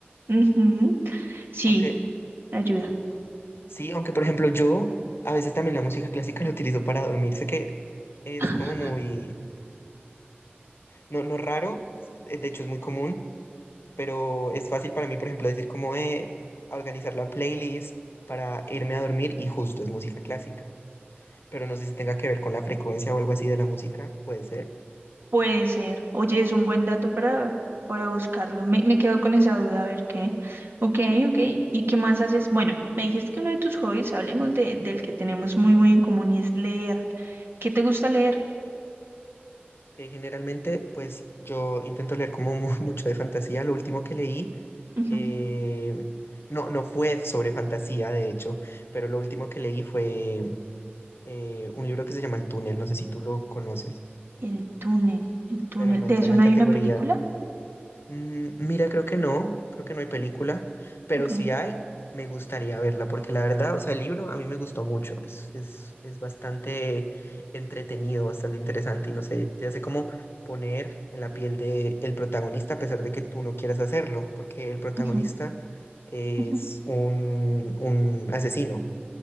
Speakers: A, on the right; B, on the left.
A: Ujú, Sí,
B: Aunque
A: ayuda.
B: sí, aunque por ejemplo yo a veces también la música clásica la utilizo para dormir. Sé que es
A: <laughs>
B: como muy... no, no raro, es- eh, de hecho es muy común, pero es fácil para mí, por ejemplo, decir como eh, organizar la playlist para irme a dormir y justo es música clásica, pero no sé si tenga que ver con la frecuencia o algo así de la música, puede ser.
A: Puede ser. Oye, es un buen dato para, para buscarlo. Me, me quedo con esa duda, a ver qué. Ok, ok. ¿Y qué más haces? Bueno, me dijiste que uno de tus hobbies, hablemos de, del que tenemos muy, muy en común y es leer. ¿Qué te gusta leer?
B: que generalmente, pues yo intento leer como mu- <laughs> mucho de fantasía. Lo último que leí,
A: Ujú.
B: eh, no, no fue sobre fantasía, de hecho, pero lo último que leí fue eh, un libro que se llama El Túnel, no sé si tú lo conoces,
A: El túnel, el túnel.
B: pero no
A: ¿De
B: entra
A: eso
B: en la
A: no
B: categoría.
A: hay una película?
B: Mm, mira, creo que no, creo que no hay película, pero
A: Ok.
B: si hay, me gustaría verla, porque la verdad, o sea, el libro a mí me gustó mucho, es, es, es bastante entretenido, bastante interesante y no sé, te hace como poner en la piel de el protagonista a pesar de que tú no quieras hacerlo, porque el protagonista
A: ujú,
B: es
A: ujú.
B: un, un asesino